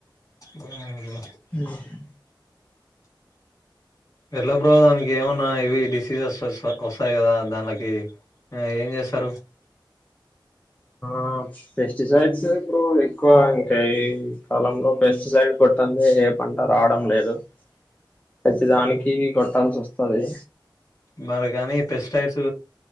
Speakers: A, on the left; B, on the left.
A: ఉమ్ అట్ల
B: ఉమ్ హు
A: ఎట్ల బ్రో దానికి ఏమన్నా ఇవి డిసీజెస్ వస్త ఒస్తాయి కదా దానికి ఆ ఏం జేస్తరు
B: ఆ పెస్ట్ సైడ్స్ ఎ బ్రో, ఇప్పుడు ఎక్కువంటే ఈ కాలంలో పెస్టిసైడ్ కొట్టందే ఏ పంట రావడం లేదు ప్రతి దానికి కొట్టాల్సోస్తది
A: మరి కనీ పెస్టైడ్స్